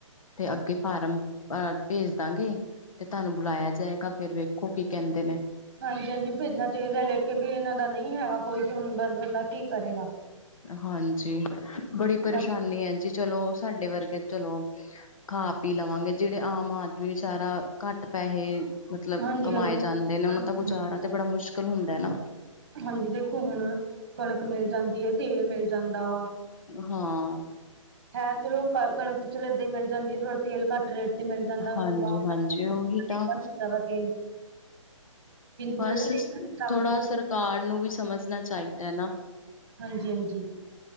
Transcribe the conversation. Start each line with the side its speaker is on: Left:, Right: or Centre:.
Left: ਤੇ ਅੱਗੇ ਫਾਰਮ ਅ ਭੇਜ ਦਾਂਗੇ ਤੇ ਤੁਆਨੂੰ ਬੁਲਾਇਆ ਜਾਏਗਾ ਫੇਰ ਵੇਖੋ ਕੀ ਕਹਿੰਦੇ ਨੇ।
Right: ਹਾਂਜੀ-ਹਾਂਜੀ, ਭੇਜਣਾ ਚਾਈਦਾ ਲਿਖ ਕੇ ਵੀ ਇਹਨਾਂ ਦਾ ਨਈ ਹੈਗਾ ਕੋਈ ਤੇ ਹੁਣ ਬ ਬੰਦਾ ਕੀ ਕਰੇਗਾ।
Left: ਹਾਂਜੀ, ਬੜੀ ਪਰੇਸ਼ਾਨੀ
Right: ਬਸ
Left: ਐ ਜੀ, ਚਲੋ ਸਾਡੇ ਵਰਗੇ ਚਲੋ ਖਾ ਪੀ ਲਵਾਂਗੇ ਜੇੜੇ ਆਮ ਆਦਮੀ ਵੇਚਾਰਾ ਘੱਟ ਪੈਹੇ ਮਤਲਬ
Right: ਹਾਂਜੀ
Left: ਕਮਾਏ
Right: ਹਾਂਜੀ
Left: ਜਾਂਦੇ ਨੇ ਉਹਨਾਂ
Right: ਹਾਂਜੀ
Left: ਦਾ ਗੁਜ਼ਾਰਾ ਤੇ ਬੜਾ ਮੁਸ਼ਕਿਲ ਹੁੰਦਾ ਐ ਨਾ।
Right: ਹਾਂਜੀ, ਦੇਖੋ ਹੁਣ ਕਣਕ ਮਿਲ ਜਾਂਦੀ ਐ, ਤੇਲ ਮਿਲ ਜਾਂਦਾ ਵਾ।
Left: ਹਾਂ।
Right: ਹੈ ਚਲੋ ਕਣਕ ਤੇ ਚਲੋ ਏਦਾਂ ਈ ਮਿਲ ਜਾਂਦੀ ਐ ਥੋੜਾ ਤੇਲ ਘੱਟ ਰੇਟ ਤੇ ਮਿਲ ਜਾਂਦਾ
Left: ਹਾਂਜੀ
Right: ਬਾਦ
Left: ਹਾਂਜੀ ਉਹੀ
Right: <unintelligible> ਮਹਿੰਗਾ
Left: ਤਾਂ
Right: ਮਿਲਦਾ ਵਾ ਤੇਲ। ਜਿਹੜੇ
Left: ਬਸ
Right: ਨਹੀਂ ਖਰੀਦ ਸਕਦੇ
Left: ਥੋੜਾ
Right: ਤੇ
Left: ਸਰਕਾਰ ਨੂੰ ਵੀ ਸਮਝਣਾ ਚਾਈਦਾ ਨਾ।
Right: ਹਾਂਜੀ-ਹਾਂਜੀ।